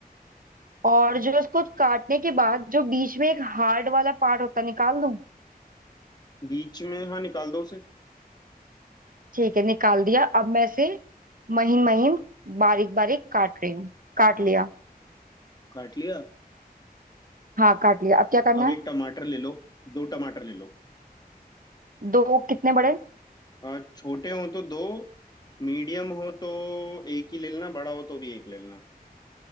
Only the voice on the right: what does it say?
और जो इसको काटने के बाद जो बीच में एक हार्ड वाला पार्ट होता है निकाल दूं
ठीक है निकाल दिया अब मैं इसे महीन महीन बारीक बारीक काट रही हूँ काट
लिया
हाँ काट लिया अब क्या करना
है
दो कितने बड़े